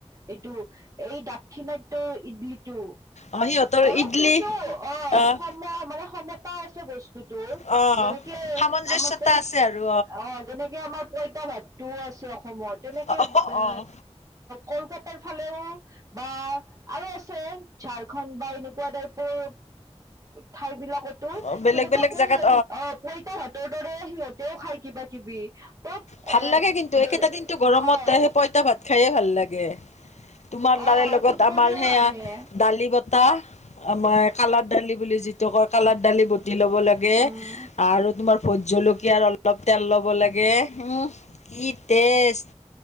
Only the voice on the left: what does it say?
অ সিহঁতৰ
ইডলি
অহ
অ',
সামঞ্জস্যতা
আছে আৰু
অ',
অ',
অ' বেলেগ।
বেলেগ
জেগাত
ভাল
লাগে। কিন্তু,
একেইটা দিনতো গৰমত
আহেই পইতা ভাত খায়ে ভাল লাগে। তোমাৰ
লাৰ
লগত
আমাৰ সেয়া
দালি বত। টা আমাৰ কালৰ দালি বুলি যিটো কয় কালাৰ দালি বুট। দি ল'ব লাগে
আৰু তোমাৰ ভোট জলকীয়াৰ অলপ তেল ল'ব লাগে, উম। কি টেষ্ট,